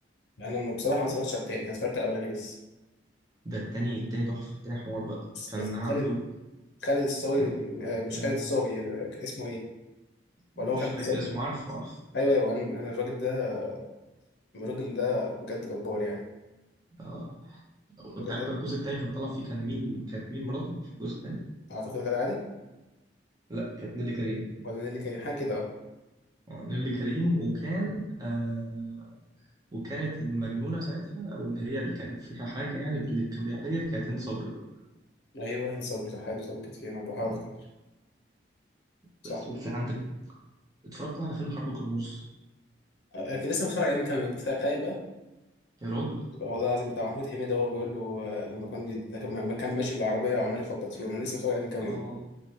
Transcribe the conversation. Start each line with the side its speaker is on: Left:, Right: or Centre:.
Left: انا ما- بصراحه ما اتفرجتش على التاني أنا اتفرجت على الاولاني بس
Right: ده التاني التاني تحفة التاني حوار بقى كان
Left: بس
Right: عامله
Left: خالد خالد الصاوي
Right: كان
Left: من- آه، مش
Right: مم،
Left: خالد الصاوي آه، اسمه ايه ولا
Right: مش
Left: هو خالد
Right: فاكر
Left: الصاوي
Right: اسمه عارفه عارف
Left: ايوه ايوه انا أنا الراجل ده الراجل ده بجد جبار يعني
Right: اه وأنت
Left: الراجل
Right: عارف
Left: ده
Right: بقى الجزء التاني كان طلع فيه كان مين كانت مين مراته في الجزء التاني؟
Left: اعتقد غادة عادل
Right: لا كانت نيلي كريم
Left: ولا نيللي كريم حاجه كده اه
Right: اه نيلي كريم وكان آه وكانت المجنونة ساعتها أو اللي هي اللي كان فيها حاجة يعني باللي كان بيعالجها كانت هند صبري بقى
Left: ايوه هند صبري صح هند صبري كانت فيها انا بحاول
Right: آه،
Left: افتكر صح
Right: بس وفي عندك اتفرجت بقى على فيلم حرب كرموز
Left: آه، كنت لسه متفرج عليه من كام يوم تخيل بقى
Right: يا راجل
Left: والله العظيم بتاع محمود حميدة هو بيقول له آه، لما كانوا بي... لما لما كان ماشي بالعربية وعمال يخبط فيهم أنا لسه متفرج عليه من كام
Right: اه
Left: يوم